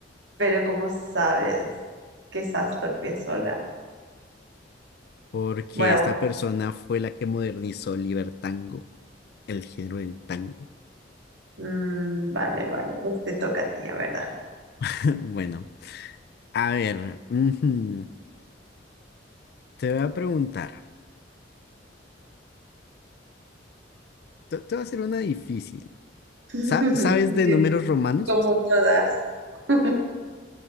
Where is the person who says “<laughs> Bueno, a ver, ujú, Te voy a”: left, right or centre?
Left